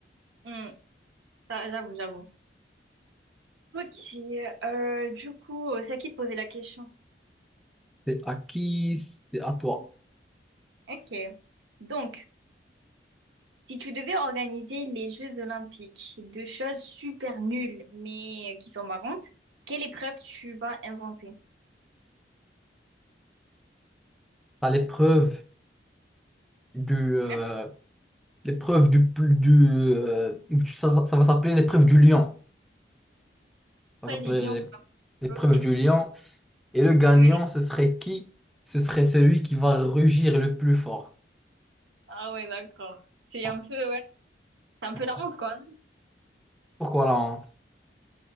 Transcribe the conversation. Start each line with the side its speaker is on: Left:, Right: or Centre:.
Right: Hmm, ça, J'avoue, j'avoue. Ok, euh, du coup, c'est à qui de poser la question?
Centre: c'est à qui? C'est à toi.
Right: Ok. Donc, Si tu devais organiser les Jeux Olympiques, deux choses super nulles mais qui sont marrantes, quelle épreuve tu vas inventer?
Centre: T'as l'épreuve du, euh,
Right: Hein?
Centre: l'épreuve du, plus- du euh, ça, ça- ça va s'appeler l'épreuve du lion. Ça
Right: Pourquoi
Centre: va s'appeler
Right: les lions sont
Centre: l'épreuve
Right: bloqués?
Centre: du lion. Et le gagnant,
Right: Oui.
Centre: ce serait qui? Ce serait celui qui va rugir le plus fort.
Right: Ah ouais, d'accord. C'est
Centre: Donc,
Right: un peu, ouais. C'est un
Centre: voilà.
Right: peu la honte, quoi. non
Centre: Pourquoi la honte?